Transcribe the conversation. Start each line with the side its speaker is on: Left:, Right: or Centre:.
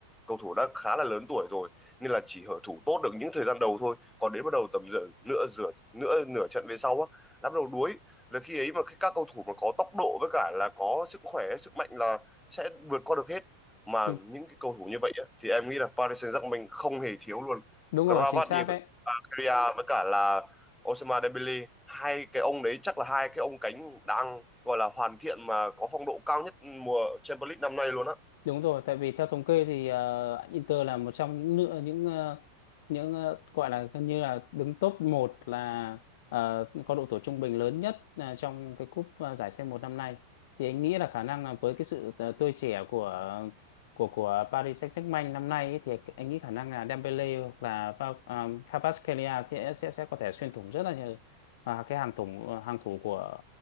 Centre: cầu thủ đã khá là lớn tuổi rồi nên là chỉ hở thủ tốt được những thời gian đầu thôi còn đến bắt đầu tầm giữa nửa giữa nửa nửa trận về sau á đã bắt đầu đuối là khi ấy mà khi các cầu thủ mà có tốc độ với cả là có sức khỏe sức mạnh là sẽ vượt qua được hết mà
Left: thì
Centre: những cái cầu thủ như vậy á, thì em nghĩ là Paris Saint-Germain không hề thiếu luôn
Left: đúng
Centre: Kravat
Left: rồi chính xác
Centre: Divaria
Left: đấy
Centre: với cả là Ousmane Dembele hai cái ông đấy chắc là hai cái ông cánh đang gọi là hoàn thiện mà có phong độ cao nhất mùa Champions League năm nay luôn á
Left: Đúng rồi, tại vì theo thống kê thì ờ, Inter là một trong những nữa những ờ, những ờ, gọi là gần như là đứng top một là ờ, có độ tuổi trung bình lớn nhất ờ, trong cái cúp ờ, giải c một năm nay. Thì anh nghĩ là khả năng là với cái sự ờ, tươi trẻ của của của Paris Saint-Germain năm nay ấy, thì anh nghĩ khả năng là Dembele hoặc là Va- ờ, Kvaratskhelia sẽ sẽ sẽ có thể xuyên thủng rất là nhiều ờ, cái hàng thủng ờ, hàng thủ của